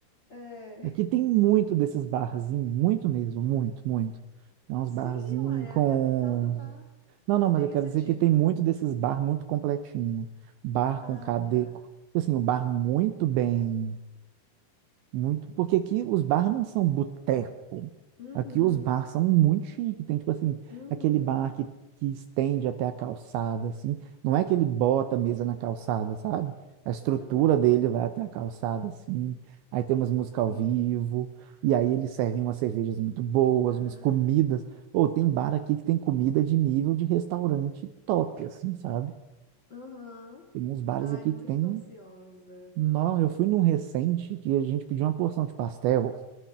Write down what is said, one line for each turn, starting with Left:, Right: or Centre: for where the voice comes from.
Left: É.
Right: Aqui tem muito desses barzinhos, muito mesmo, muito, muito. É uns
Left: Sim,
Right: barzinhos
Left: uai, é
Right: com.
Left: a capital do bar.
Right: Não, não, mas
Left: Tem
Right: eu quero
Left: esse
Right: dizer
Left: título,
Right: que tem muito
Left: né?
Right: desses bar muito completinho. Bar
Left: Ah,
Right: com cadeco.
Left: tá.
Right: Tipo Assim, um bar muito bem. Muito, porque aqui os bars não são boteco.
Left: Uhum,
Right: Aqui os bars são muito chique. Tem, tipo assim,
Left: uhum,
Right: aquele bar que, que estende até a calçada, assim. Não é que ele bota a mesa
Left: hum,
Right: na calçada, sabe? A estrutura
Left: uhum.
Right: dele vai até a calçada, assim. Aí tem umas músicas ao
Left: Então.
Right: vivo. E aí eles servem umas cervejas muito boas,
Left: Ai,
Right: umas comidas.
Left: nossa.
Right: Ou tem bar aqui que tem comida de nível de restaurante top, assim, sabe?
Left: Aham.
Right: Tem uns bares
Left: Ai,
Right: aqui
Left: muito
Right: que tem...
Left: ansiosa.
Right: Não, eu fui num recente que a gente pediu uma porção de pastel